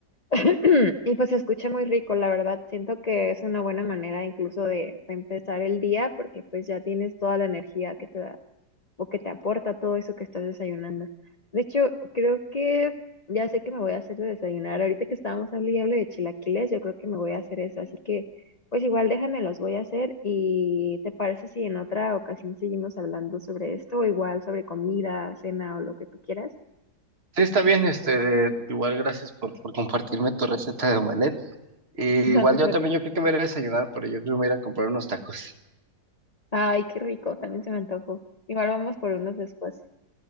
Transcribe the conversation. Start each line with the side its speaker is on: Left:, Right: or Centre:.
Left: <clears throat> y pues se escucha muy rico, la verdad. Siento que es una buena manera incluso de, de empezar el día porque pues ya tienes toda la energía que te da. o que te aporta todo eso que estás desayunando. De hecho, creo que ya sé que me voy a hacer de desayunar. Ahorita que estábamos hablando y hable de chilaquiles, yo creo que me voy a hacer eso. Así que, pues igual déjame, los voy a hacer. ¿Y te parece si en otra ocasión seguimos hablando sobre esto o igual sobre comida, cena o lo que tú quieras?
Right: Sí, está bien, este, igual gracias por, por compartirme tu receta de omelette. Y
Left: <laughs>
Right: igual
Left: No te
Right: yo
Left: preocupes.
Right: también, yo creo que me voy a ir a desayunar, pero yo creo que me voy a ir a comprar unos tacos.
Left: Ay, qué rico, también se me antojó. Igual vamos por unos después.